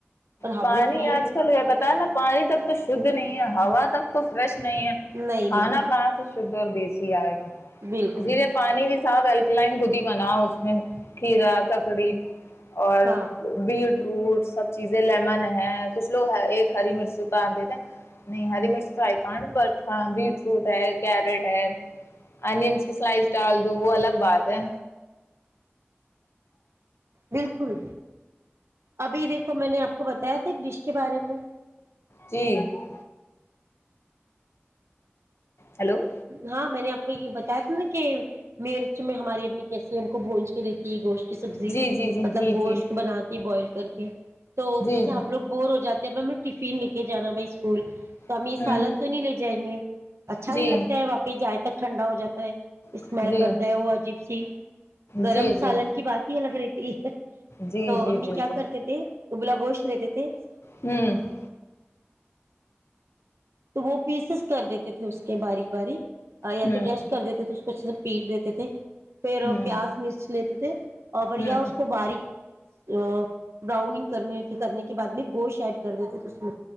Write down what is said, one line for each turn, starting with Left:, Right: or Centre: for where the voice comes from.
Right: اور ہم
Left: پانی
Right: لوگ پیے
Left: آج کل بتا نا پانی اب تو شھ نہیں ہے ہوا تب <inaudible> نہیں ہے
Right: نہیں
Left: کھانا
Right: نہیں
Left: کہاں سے شھ اور دیسی آئے گا
Right: بالکل
Left: اسی لیے پانی بھی ساف الکلائن خود ہی بنا اس میں کھیرا ککڑی اور
Right: ہاں
Left: بیڈ ٹوٹ سب چیز <inaudible> لیمن ہے کچھ لوگ ایک ہری مرچ اتار دیتے نہیں ہری مرچ تو آئی ک بٹ ہاں بیٹروٹ ہے کیرٹ ہے انینس کی سلائس ڈال دو وہ الگ بات ہے
Right: بالکل ابھی دیکھو میں نے آپ کو بتایا تھا ایک ڈش کے بارے میں
Left: جی <inaudible> ہیلو
Right: ہاں میں نے کوئی بتایا تھا نا کہ مرچ میں ہماری امی کیسسی ہم کو بونج کے دیتی یہ گوشت سبزی
Left: جی جی جی
Right: مطلب
Left: جی
Right: گوشت
Left: جی
Right: کو بناتی بوائل کر کے تو
Left: جی
Right: جیسے
Left: جی
Right: ہم لوگ بور ہو جاتے میں ٹفین لے کے جانا بائی اسکول تو ہم
Left: ہوں
Right: یہ سالن تو نہیں لے جائیں گے اچھا
Left: جی
Right: نہیں لگتا ہے واپس جائے تک ٹھنڈا ہو جاتا ہے اسمل
Left: جی
Right: کرتا ہے وہ عجیب خب سے گرم
Left: جی جی
Right: سالن کی بات ہی الگ رہتی <inaudible>
Left: جی
Right: تو
Left: جی
Right: امی
Left: بالکل
Right: کیا کرتے تھے ابلا گوشت لیتے تھے <inaudible>
Left: ہوں <inaudible>
Right: تو وہ پیسز کر دیتے تھے اس کے باریک باریک یا
Left: ہوں
Right: تو ڈیش کر تھے کچھ سے پیٹ دیتے تھے پھر
Left: ہوں
Right: پیاز مرچ لیتے تھے اور بڑھیا
Left: ہوں
Right: اس کو باریک براؤننگ کرنے کرنے کے بعد میں گوشت ایڈ کر دیتے تھے اس میں